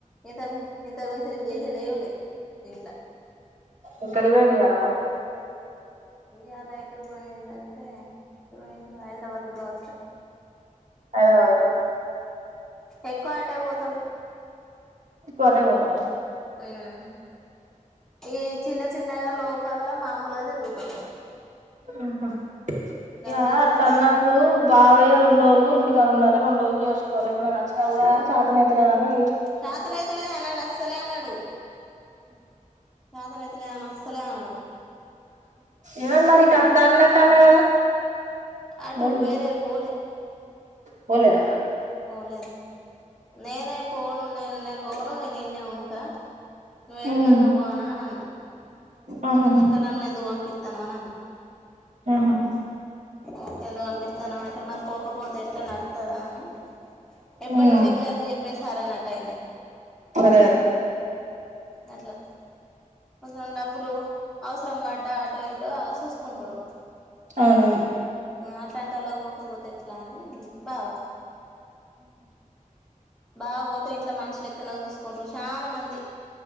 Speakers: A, in the centre; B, on the right (about 60°).
A: ఏ తంబి ఇంతకు మించి నేను చేసేదేంలే ఇంట్లా
B: ఇక్కడిబోయింది కదా మరి
A: ఈయాలా ఎటు పోయిండు అంటే ఎటు పోయిండు హైదరాబాద్ గావోచ్ఛుర
B: హైదరాబాద్ పోయిండ
A: ఎక్కువ అటేపోతాడు
B: కొటె పోతన్నా
A: మ్మ్ ఈ చిన్న చిన్నగ లోక్ మల్ల మామూలగా తిరుగుతడు
B: ఆహా యా
A: మిగతా
B: అట్లనపుడు
A: కాడి
B: బావేరు రెండోలు ఇంటికాడ ఉండాలే రెండోలు చేసుకోవాలే ఎప్పుడన్నా వచ్చిన కూడ చేతనైతలే అని
A: చతనైతలేదు అనడు అస్సలనడు చతనైతే తలే అని అస్సలే అనడు
B: ఎమైంది మరి ఇటు అత్తా అన్నట్టన్నే కదా
A: అటు
B: ములుగు
A: వేరే వోలే
B: పోలేదా
A: పోలేదు నేనే పోను నే నేన్ పోను నేను ఈడ్నే ఉంటా నువ్వేడికన్న
B: ఉమ్
A: పో అనన్నా
B: ఆహాహా
A: ఓకే నన్నేందుకు పంపిత్తన్నావ్ అని అన్న
B: ఆహాహా
A: ఒకేలా పంపిత్తనావంటే మరి పోకపోతే ఎట్ల నడుత్తదా అని ఎప్పటికీ
B: ఉమ్
A: రెగ్యులర్గా చెప్పేసారన్నట్టు టైనే
B: వెలగలే
A: అట్లా కొంచెం డబ్బులు అవసరం బడ్డా అటో సూసుకుంటడు
B: అవునవును
A: ఆ అట్లాంటోళ్లకు పోకపోతే ఎట్లా అని బావా బావ పోతే ఇంట్లో మనిషి లె క్కన సూసుకుంట్రు చానా మంది